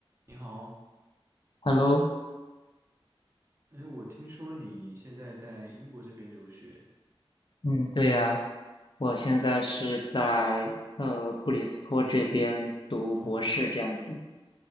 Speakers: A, on the right (about 30°); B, on the left (about 55°).
A: 你好，
B: Hello，
A: 哎，我听说你现在在英国这边留学，
B: 嗯，对呀，我现在是在呃布里斯托这边读博士这样子。
A: 哦